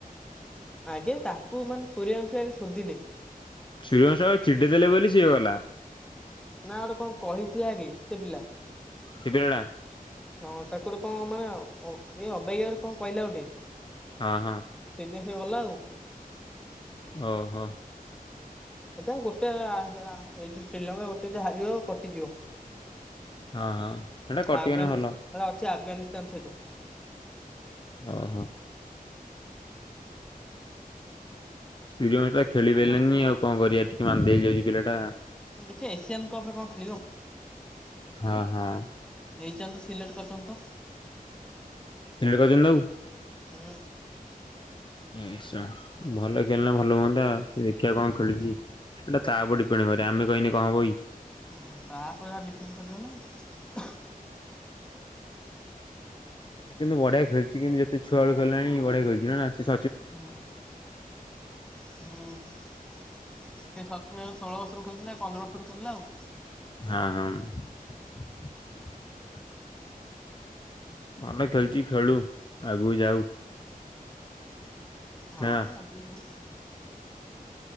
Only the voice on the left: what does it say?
ସୂର୍ଯ୍ୟବଂଶୀ ଚିଡି ଦେଲେ ବୋଲି ସିଏ ଗଲା।
<unintelligible>
ହଁ ହଁ।
ଓ ହୋ।
ହଁ ହଁ ସେଇଟା କଟିଗଲେ
ଭଲ।
ଓହୋ ଶ୍ରୀଲଙ୍କାଟା ଖେଳି ପାରଲେନି ଆଉ କଣ କରିବା ଟିକେ ମାନ୍ଦିଆ ହେଇଯାଉଛି ପିଲା ଟା।
ହଁ ହଁ
ସିଲେଟକରିଛନ୍ତି ତାକୁ?
ଏସା ଭଲ ଖେଳିଲ ଭଲ ହୁଅନ୍ତା ସେ ଦେଖିବା କଣ ଖେଳୁଛି ସେଇଟା ତା ଉପରେ ଡିପେଣ୍ଡ କରେ ଆମେ କହିନେ କଣ ହବକି।
କିନ୍ତୁ ବଢିଆ ଖେଲଛି କିନ୍ତୁ ଯେତିକି ଛୁଆବେଳୁ ଖେଳିଲାଣି ବଢିଆ ଖେଳୁଛି ନୁହଁନା ଆସି
ହଁ ହଁ <inaudible> ମାଲେ ଖେଲଚି ଖେଳୁ ଆଗକୁ ଯାଉ।
ନା